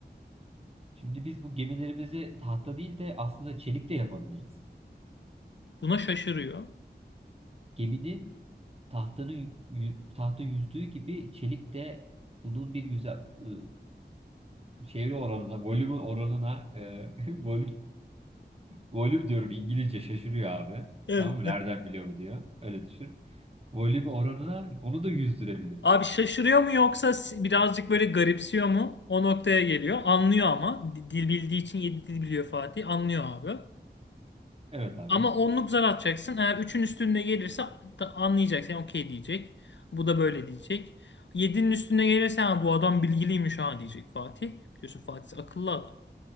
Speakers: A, on the right; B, on the left.
A: Şimdi biz bu gemilerimizi tahta değil de aslında çelik de yapabiliriz.
B: Buna şaşırıyor.
A: Geminin tahtanın yü- tahta yüzdüğü gibi çelik de bunun bir yüze, ıı, Çeviri oranına, volüm oranına, e, <laughs> volüm, volüm diyorum İngilizce şaşırıyor abi.
B: Evet.
A: Tamam mı? Nereden biliyor bu diyor. Öyle düşün. Volüm oranına onu da yüzdürebiliriz.
B: Abi şaşırıyor mu yoksa si- birazcık böyle garipsiyor mu? O noktaya geliyor. Anlıyor ama. Di- Dil bildiği için yedi dil biliyor Fatih. Anlıyor abi.
A: Evet abi.
B: Ama onluk zar atacaksın. Eğer üçün üstünde gelirse da anlayacaksın. Yani okey diyecek. Bu da böyle diyecek. Yedinin üstüne gelirse ha, bu adam bilgiliymiş ha diyecek Fatih. Biliyorsun Fatih akıllı adam.